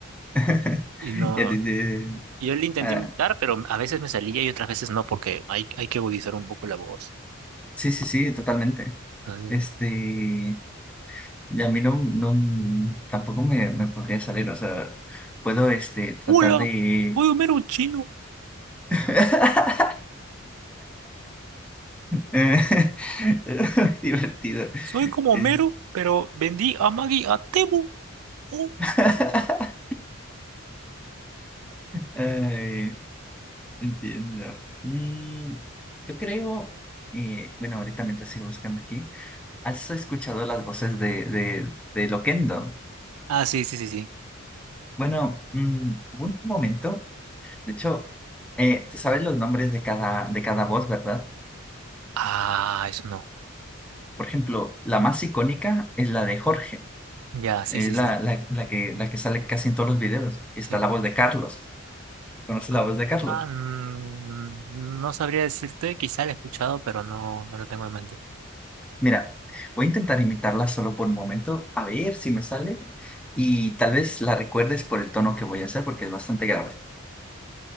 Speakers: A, in the centre; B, on the right.
A: <laughs>
B: Y no,
A: Ya te- te-
B: yo le intenté
A: ah,
B: imitar, pero a veces me salía y otras veces no, porque hay, hay que agudizar un poco la voz.
A: sí, sí, sí, totalmente.
B: Entonces,
A: Este, y a mí no, no, tampoco me, me podría salir, o sea, puedo, este, tratar
B: Hola,
A: de
B: soy Homero chino.
A: <laughs> Eh, <laughs> es muy divertido.
B: Soy como Homero,
A: Eh,
B: pero vendí a Maggie a Temu. Oh".
A: <laughs> ay, entiendo. Mm, yo creo, eh, bueno, ahorita mientras sigo buscando aquí, ¿has escuchado las voces de, de, de Loquendo?
B: Ah, sí, sí, sí, sí.
A: Bueno, mm, hubo un momento, de hecho, eh, te sabes los nombres de cada, de cada voz, ¿verdad?
B: Ah, eso no.
A: Por ejemplo, la más icónica es la de Jorge.
B: Ya, sí,
A: Es
B: sí,
A: la,
B: sí.
A: la, la que, la que sale casi en todos los videos. Y está
B: sí.
A: la voz de Carlos. ¿Conoces
B: Ah,
A: la voz de Carlos?
B: ah, mm, no sabría decirte, quizá lo he escuchado, pero no, no lo tengo en mente.
A: Mira, voy a intentar imitarla solo por un momento, a ver si me sale. Y tal vez la recuerdes por el tono que voy a hacer, porque es bastante grave.